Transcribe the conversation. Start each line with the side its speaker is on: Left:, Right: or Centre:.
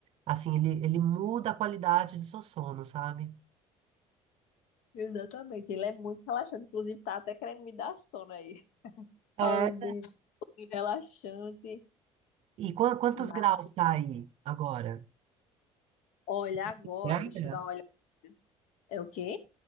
Right: Assim, ele, ele muda a qualidade do seu sono, sabe?
Left: Exatamente. Ele é muito relaxante. Inclusive, tá até querendo me dar sono aí. <laughs>
Right: É,
Left: Falando de banho relaxante.
Right: E quan- quantos
Left: Mas
Right: graus tá aí agora?
Left: olha
Right: Você tem
Left: agora, deixa
Right: ideia?
Left: eu dar uma olhada. É o quê?